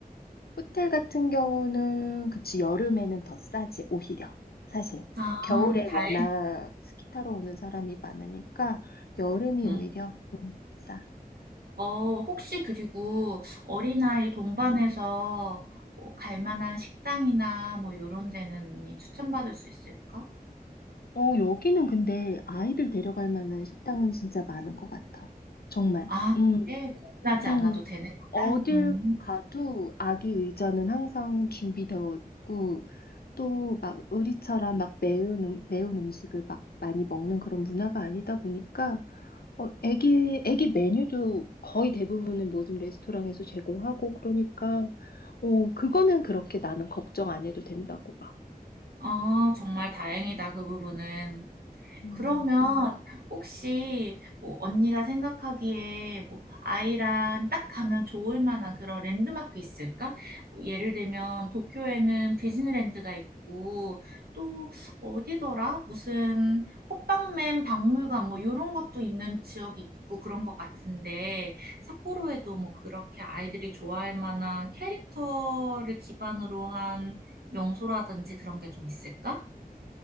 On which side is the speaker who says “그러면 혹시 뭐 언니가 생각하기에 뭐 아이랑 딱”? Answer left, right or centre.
Right